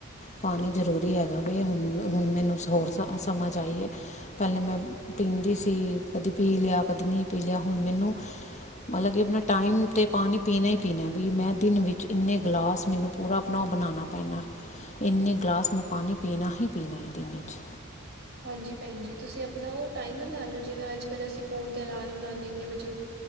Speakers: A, on the left; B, on the right.
A: ਪਾਣੀ ਜ਼ਰੂਰੀ ਹੈਗਾ ਵੈ, ਹੁਣ-ਹੁਣ ਮੈਨੂੰ ਹੋਰ ਸ ਸਮਝ ਆਈ ਏ। ਪਹਿਲੇ ਮੈਂ ਪੀਂਦੀ ਸੀ। ਕਦੀ ਪੀ ਲਿਆ, ਕਦੀ ਨਹੀਂ ਪੀ ਲਿਆ। ਹੁਣ ਮੈਨੂੰ ਹਲਾ ਕਿ ਆਪਣਾ ਟਾਈਮ ਤੇ ਪਾਣੀ ਪੀਣਾ ਹੀ ਪੀਣਾ। ਵੀ ਮੈਂ ਦਿਨ ਵਿੱਚ ਇੰਨੇ ਗਿਲਾਸ ਮੈਨੂੰ ਪੂਰਾ ਆਪਣਾ ਉਹ ਬਣਾਉਣਾ ਪੈਣਾ। ਇੰਨੇ ਗਲਾਸ ਮੈਂ ਪਾਣੀ ਪੀਣਾ ਹੀ ਪੀਣਾ ਇਹ ਦਿਨ 'ਚ।
B: ਹਾਂਜੀ ਭੈਣ ਜੀ, ਤੁਸੀਂ ਆਪਣਾ ਉਹ ਟਾਈਮਰ ਲਾ ਲਓ, ਜਿਵੇਂ ਅੱਜ ਕੱਲ ਅਸੀਂ ਫੋਨ 'ਤੇ ਅਲਾਰਮ ਲਾ ਲੈਣੇ। ਇੰਨੇ ਵਜੇ ਉ